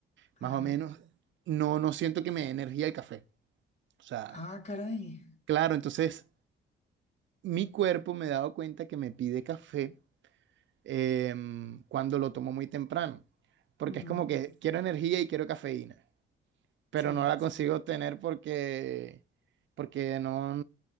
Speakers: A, on the left; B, on the right.
A: Ajá.
B: más o menos, no, no siento que me dé energía el café. O sea,
A: Ah, caray.
B: claro, entonces mi cuerpo me he dado cuenta que me pide café em, cuando lo tomo muy temprano, porque
A: Ujú,
B: es como que quiero energía y quiero cafeína, pero
A: Sí,
B: no la consigo obtener porque, porque no,